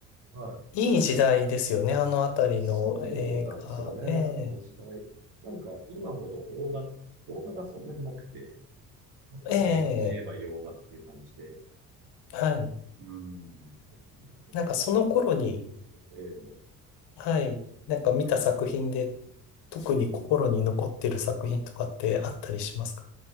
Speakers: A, on the right; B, on the left.
A: はい。
B: い時代ですよね、あのあたりの映画。
A: そうなんですよね、あの時代。
B: ええ
A: なんか、今ほど邦画、邦画がそんなになくて、やっぱ映画といえば洋画っていう感じで、
B: ええはい。
A: うん、なんか結構新作の部分、
B: なんかその頃に、
A: ええ
B: はい、
A: いっぱい出てきて、
B: なんか見た作品で、特に心に残ってる作品とかってあったりしますか
A: うん。